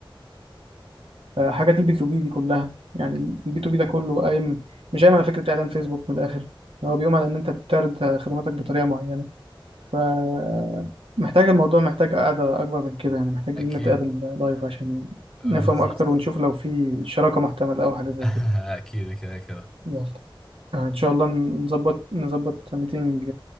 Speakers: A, on the right; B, in the centre.
A: آه، حاجات البي تو بي دي كلها يعني البي تو بي ده كله قايم مش قايم على فكرة إعلان فيسبوك من الآخر يعني هو بيقوم على إن أنت بتعرض خدماتك بطريقة معينة فمحتاج الموضوع محتاج قعدة أكبر من كده يعني محتاج
B: اكيد
A: إن نتقابل لايف عشان نفهم
B: بالظبط
A: أكتر ونشوف لو في شراكة محتملة أو حاجة زي
B: <laughs>
A: كده
B: اكيد كده كده
A: يلا آه، إن شاء الله نظبط نظبط ميتنج